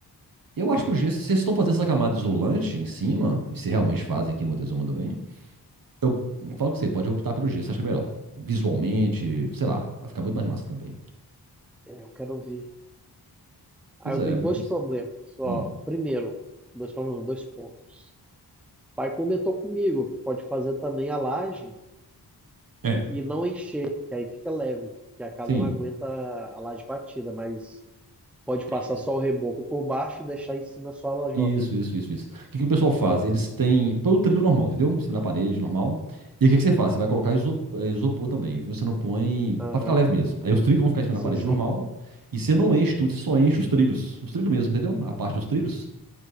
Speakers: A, on the right (about 55°); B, in the centre.
A: Eu acho que o gesso, se vocês estão fazendo essa camada isolante em cima, e se realmente fazem aqui no Montezuma também, Eu falo que você pode optar pelo gesso, acho que é melhor. Visualmente, sei lá, vai ficar muito mais massa também.
B: é, eu quero ver. Aí
A: Pois
B: eu
A: é,
B: tenho
A: mas.
B: dois problemas. só
A: hum,
B: primeiro, dois problemas, não, dois pontos. O pai comentou comigo que pode fazer também a laje
A: É.
B: e não encher, que aí fica leve, que a casa
A: Sim,
B: não aguenta a laje batida, mas pode
A: tem
B: passar
A: isso.
B: só o reboco por baixo e deixar em cima só a lajota.
A: Isso, isso, isso, isso. O que que o pessoal faz? Eles têm. Põe o trilho normal, entendeu? Em cima da parede, normal. E aí, o que que você faz? Você vai colocar iso- eh, isopor também, viu? Você não põe.
B: Aham,
A: Pra ficar leve mesmo. Aí os trilhos vão ficar em cima
B: sim,
A: da parede
B: sim.
A: normal. E você não enche tudo, você só enche os trilhos. Os trilhos mesmo, entendeu? A parte dos trilhos.